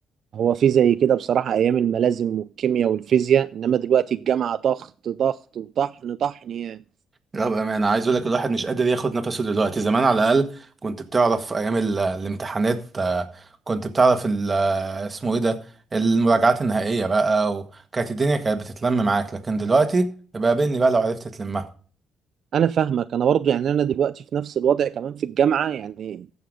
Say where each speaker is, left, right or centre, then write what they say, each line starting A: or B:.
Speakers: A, on the right (about 60°); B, on the right (about 25°).
A: هو في زي كده بصراحة ايام الملازم والكيمياء والفيزياء انما دلوقتي الجامعة ضغط ضغط وطحن طحن يعني
B: لا بأمانة عايز أقول لك الواحد مش قادر ياخد نفسه دلوقتي زمان على الأقل كنت بتعرف أيام ال... الامتحانات آه، كنت بتعرف ال... آه، اسمه إيه ده المراجعات النهائية بقى وكانت الدنيا كانت بتتلم معاك لكن دلوقتي يبقى قابلني بقى لو عرفت تلمها
A: انا فاهمك انا برضو يعني انا دلوقتي في نفس الوضع كمان في الجامعه يعني